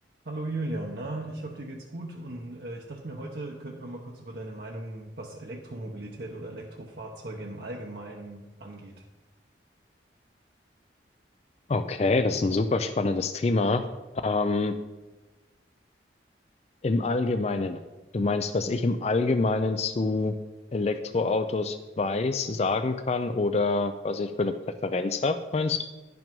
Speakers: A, on the right; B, on the left.
A: Hallo Julian, na, ich hoffe, dir geht's gut und äh, ich dachte mir, heute könnten wir mal kurz über deine Meinung, was Elektromobilität oder Elektrofahrzeuge im Allgemeinen angeht.
B: Okay, das ist ein super spannendes Thema. Ähm, im Allgemeinen, du meinst, was ich im Allgemeinen zu Elektroautos weiß, sagen kann oder was ich für eine Präferenz habe, meinst